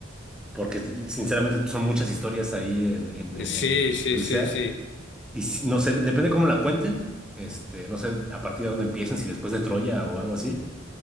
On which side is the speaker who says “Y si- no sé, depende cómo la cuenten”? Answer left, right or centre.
Centre